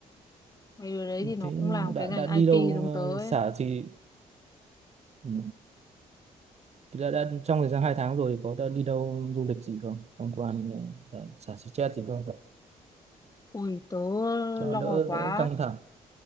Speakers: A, on the left; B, on the right.
A: Mấy đứa đấy thì nó
B: thế
A: cũng làm cái
B: đã
A: ngành
B: đã đi
A: IT
B: đâu
A: giống
B: ờ,
A: tớ ấy.
B: xả thì ừ, thì đã, đã trong thời gian hai tháng rồi thì có đã đi đâu du lịch gì không tham quan ờ, xả stress gì không
A: Ui, tớ
B: cho
A: lo
B: đỡ
A: quá.
B: đỡ căng thẳng